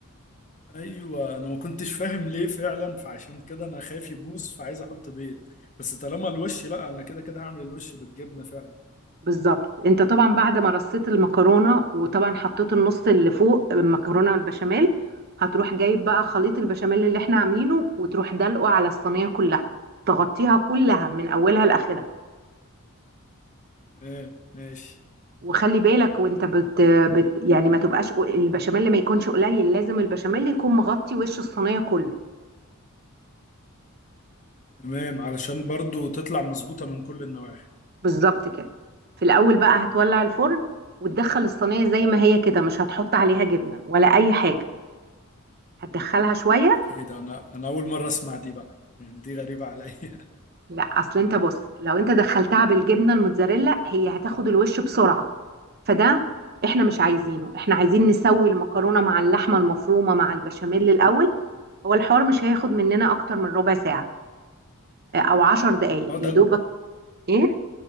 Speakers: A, on the left; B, on the right.
A: ايوه انا ما كنتش فاهم ليه فعلا فعشان كده انا خايف يبوظ فعايز احط بيض بس طالما الوش لا انا كده كده هعمل الوش بالجبنة فعلا
B: بالظبط انت طبعا بعد ما رصيت المكرونه وطبعا حطيت النص اللي فوق المكرونه والبشاميل هتروح جايب بقى خليط البشاميل اللي احنا عاملينه وتروح دلقه على الصينيه كلها تغطيها كلها من اولها لاخرها
A: تمام ماشي
B: وخلي بالك وانت بت, بت يعني ما تبقاش ق- البشاميل ما يكونش قليل لازم البشاميل يكون مغطي وش الصينيه كله
A: تمام علشان برضو تطلع مظبوطة من كل النواحي
B: بالظبط كده في الاول بقى هتولع الفرن وتدخل الصينيه زي ما هي كده مش هتحط عليها جبنه ولا اي حاجه هتدخلها شويه
A: ايه ده انا انا اول مرة اسمع دي بقى يعني دي غريبة عليا <laughs>
B: لا اصل انت بص لو انت دخلتها بالجبنه الموتزاريلا هي هتاخد الوش بسرعه فده احنا مش عايزينه احنا عايزين نسوي المكرونه مع اللحمه المفرومه مع البشاميل الاول هو الحوار مش هياخد مننا اكتر من ربع ساعه آه، او عشر دقايق
A: اه
B: يا
A: ده
B: دوبك ايه